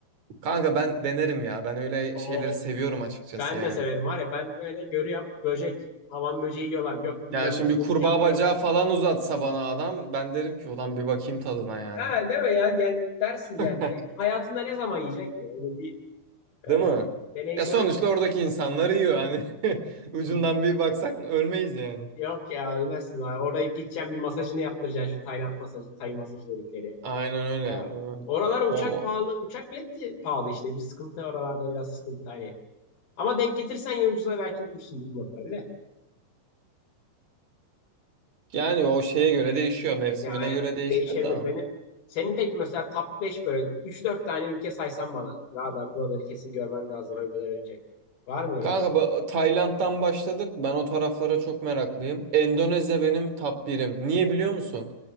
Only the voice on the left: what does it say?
O
ben
de severim var ya ben böyle görüyorum böcek hamam böceği yiyorlar yok bilmem
ne solucan
yiyor.
Ha deme ya yani dersin
yani Ne- hayatında ne zaman yiyeceksin ki onu bir
e,
deneyimlemek
istersin.
<laughs>
Yok ya ölmezsin. Oraya gideceğim bir masajını yaptıracaksın şu Tayland masajı, Tay masajı dedikleri.
Ha,
Oralar uçak
pahalı. Uçak bileti pahalı işte. Bir sıkıntı oralarda biraz sıkıntı hani. Ama denk getirsen ya ucuza belki bulursun bilmiyorum tabii de.
Yani
değişebilir.
Benim senin peki mesela top 5 böyle üç dört tane ülke saysan bana. La ben buraları kesin görmem lazım ölmeden önce. Var mı öyle
kafanda?